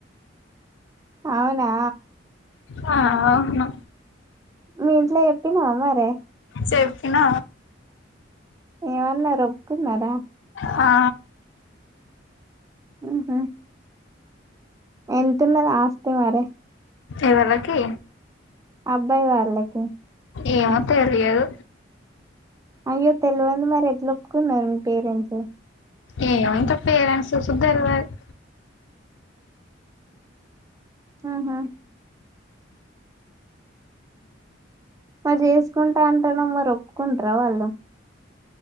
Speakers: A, on the right (about 15°); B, on the left (about 75°).
A: అవునా!
B: అ, అవును.
A: మీ ఇంట్లో ఏపినవా మరి?
B: సేప్పిన.
A: ఏమన్నరు, ఒప్పుకున్నారా?
B: హా.
A: అహ ఎంతున్నది ఆస్తే మరే?
B: ఎవళకి?
A: అబ్బాయి వాళ్ళకి?
B: ఏమో తెలియదు.
A: అయ్యో తెలివనిది మరి ఎట్ల ఒప్పుకున్నారు మరి మీ పేరెంట్స్?
B: ఏ <unintelligible> పేరెంట్స్కి తెల్వదు
A: ఆహా మరి చేసుకుంటా అంతున్నావ్ మరి ఒప్పుకుంటార వాళ్ళు?